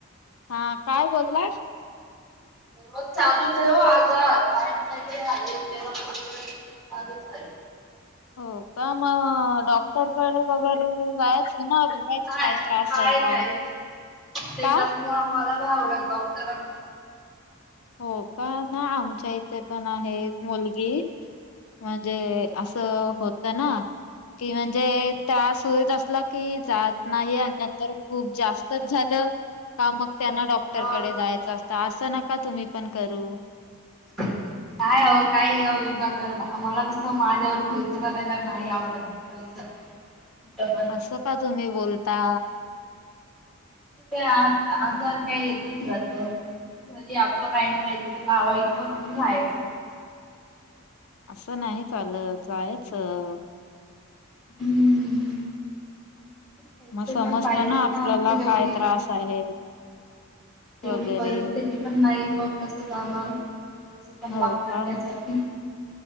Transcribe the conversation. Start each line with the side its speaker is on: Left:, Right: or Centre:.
Left: हा काय बोललात.
Centre: मग चालूच हाय ओ आजार, काय ना काय तरी आहेच. चालूच आहे.
Left: हो का, मग डॉक्टरकडे वगैरे जायचं ना, बघायचं
Centre: नाही
Left: काही त्रास
Centre: नाही
Left: आहे
Centre: नाही
Left: का.
Centre: ते
Left: का
Centre: तसल मला नाही आवडत डॉक्टरांना.
Left: हो का, ना आमच्या इथे पण आहे एक मुलगी. कि म्हणजे असं होत ना कि म्हणजे.
Centre: हा.
Left: त्रास होईत असला की जात नाही आल तर खूप जास्तच झालं का मग, त्यांना डॉक्टरकडे
Centre: हा.
Left: जायचं असतं. तर असं नका तुम्ही पण करू.
Centre: <inaudible> नाही अवो काही विनाकारण, मला तसं माझ्यावर खर्च करायला नाही आवडत. पैसा. कुठं पण
Left: असं का तुम्ही बोलता.
Centre: त्यात आजार काय येतो तो जातो. घरी आपलं काही ना काहीतरी लावायचं, आणि राहायचं.
Left: असं नाही चालत, जायाचं.
Centre: हम्म. पैसे
Left: मग समजत
Centre: पण पाहिजेत
Left: ना आपल्याला
Centre: आमची तेवढी
Left: काय त्रास आहे.
Centre: तेवढी
Left: वगैरे
Centre: परिस्थिती पण नाही, मग कस जाणार पैसे पण
Left: हो
Centre: लागतात
Left: का
Centre: त्यासाठी.